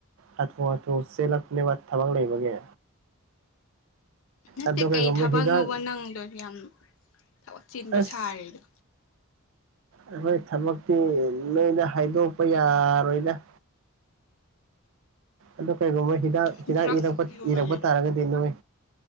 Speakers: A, on the right; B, on the left.
A: ꯍꯥꯊꯨ ꯍꯥꯊꯨ ꯆꯦꯜꯂꯛꯄꯅꯦꯕ ꯊꯕꯛ ꯂꯩꯕꯒꯤ
B: ꯅꯠꯇꯦ
A: ꯑꯗꯨ ꯀꯩꯒꯨꯝꯕ
B: ꯀꯩ ꯊꯕꯛꯅꯣꯕ
A: ꯍꯤꯗꯥꯛ
B: ꯅꯪꯗꯣ ꯌꯥꯝ ꯊꯕꯛ ꯆꯤꯟꯕ
A: ꯑꯁ
B: ꯁꯥꯔꯤꯗꯣ
A: ꯑꯩꯈꯣꯏ ꯊꯕꯛꯇꯤ ꯅꯣꯏꯗ ꯍꯥꯏꯗꯣꯛꯄ ꯌꯥꯔꯣꯏꯗ ꯑꯗꯨ ꯀꯩꯒꯨꯝꯕ ꯍꯤꯗꯥꯛ
B: ꯗ꯭ꯔꯛꯁ
A: ꯍꯤꯗꯥꯛ ꯏꯔꯛꯄ
B: ꯌꯣꯜꯂꯤꯔꯣ
A: ꯏꯔꯛꯄ ꯇꯥꯔꯒꯗꯤ ꯅꯣꯏ